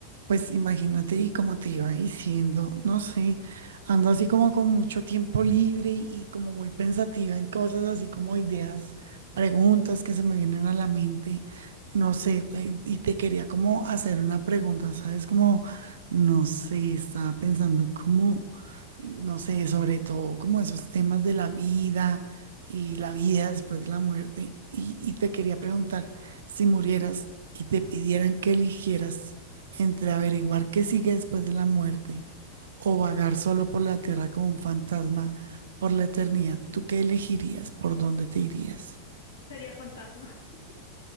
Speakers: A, on the right; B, on the left.
A: Pues imagínate y como te iba diciendo, no sé, ando así como con mucho tiempo libre y, como muy pensativa en cosas así como ideas, preguntas que se me vienen a la mente, no sé, eh, y te quería como hacer una pregunta, ¿sabes? Como, no sé, estaba pensando como, no sé, sobre todo como esos temas de la vida y la vida después de la muerte, y, y te quería preguntar, si murieras y te pidieran que eligieras entre averiguar qué sigue después de la muerte o vagar solo por la tierra como un fantasma por la eternidad, ¿tú qué elegirías? ¿Por dónde te irías?
B: Sería fantasma. <laughs>